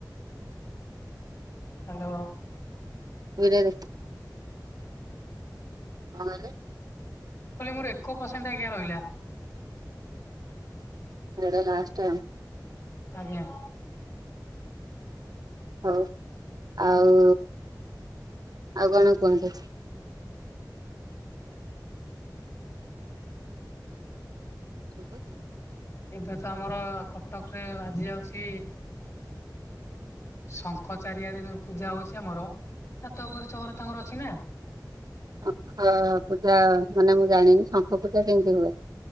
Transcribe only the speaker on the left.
ହା ଲୋ।
କଇଲୀ ମୋର ଏକ ପସେଣ୍ଟ ଆଜ୍ଞା ରହିଲା।
ଆଜ୍ଞା।
ଏବେ ତ ଆମର କଟକ ରେ ବାଜି ଯାଉଛି। ଶଙ୍ଖ ଚାରିଆଡେ ଜୋଉ ପୂଜା ହଉଛି ଆମର ଛାତ ଉପରେ ଚଉରା ତାଙ୍କର ଅଛି ନା।